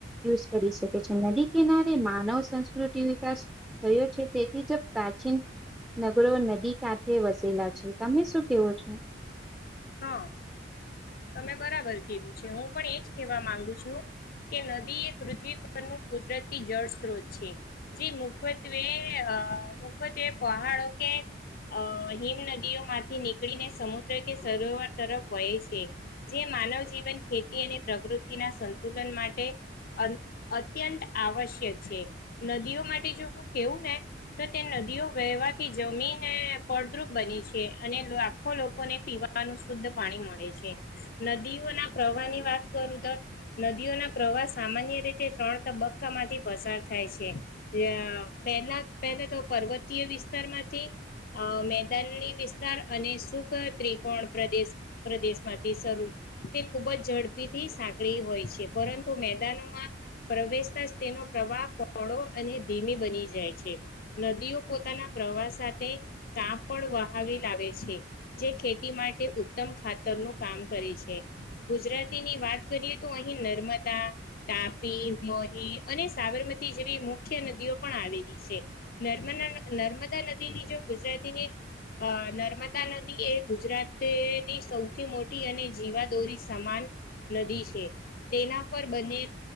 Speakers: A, in the centre; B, on the left.
A: યુઝ કરી શકે છે. નદી કિનારે માનવ સંસ્કૃતિ વિકાસ થયો છે તેથી જ પ્રાચીન નગરો નદી કાંઠે વસેલા છે. તમે શું કેવો છો?
B: ત. તમે બરાબર કીધું છે, હું પણ એજ કેવા માંગુ છું. કે નદી એ પૃથ્વી પરનું કુદરતી જળ સ્ત્રોત છે. જે મુખ્યત્વે અ અ મુફતે પહાડો કે અ હિમ નદીઓ માંથી નીકળીને સમુદ્ર કે સરોવર તરફ વહે છે. જે માનવ જીવન, ખેતી અને પ્રકૃતિના સંતુલન માટે અં અત્યંત આવશ્યક છે. નદીઓ માટે જો હું કેવું ને તો તે નદીઓ વહેવાથી જમીન એ ફળદ્રુપ બની છે, અને લાખો લોકોને પીવા નુ શુદ્ધ પાણી મળે છે. નદીઓના પ્રવાહ ની વાત કરું તો નદીઓના પ્રવા વા સામાન્ય રીતે ત્રણ તબક્કામાંથી પસાર થાય છે <unintelligible> પહેલા પલા પર્વતીય વિસ્તાર માંથી અ મેદાનની વિસ્તાર અને સુખ ટ્રી કોણ પ્રદેશ પ્રદેશ માંથી શરૂ તે ખુબ જ ઝડપીથી સાંકળી હોય છે પરંતુ મેદાનમાં પ્રવેશતા જ તેનો પ્રવાહ પળો અને ધીમી બની જાય છે. નદીઓ પોતાના પ્રવાહ સાથે કામ પણ વહાવી લાવે છે જે ખે તી માટે ઉત્તમ ખાતરનું કામ કરે છે ગુજરાતીની વાત કરીએ તો અહી નર્મ દા તાપી, મોરી અને સાબરમતી જેવી મુખ્ય નદીઓ પણ આવેલી છે. નર્મદા નર્મદા નદીની જો ગુજરાતીની અ નર્મદા નદી એ ગુજરાતની સૌથી મોટી અને જીવાદોરી સમાન નદી છે. તેના પર બનેલ